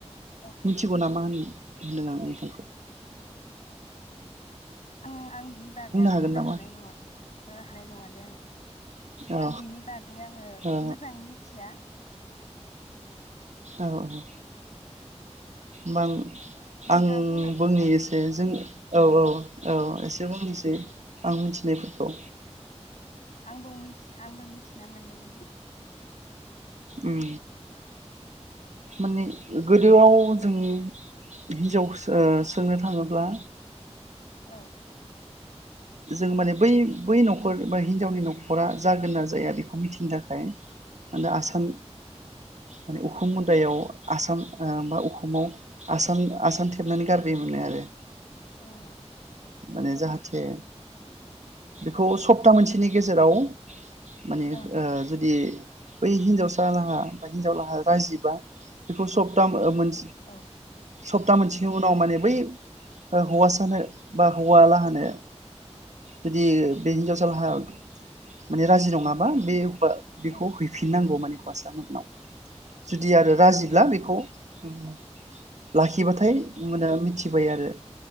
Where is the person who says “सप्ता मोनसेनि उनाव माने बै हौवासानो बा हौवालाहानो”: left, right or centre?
Right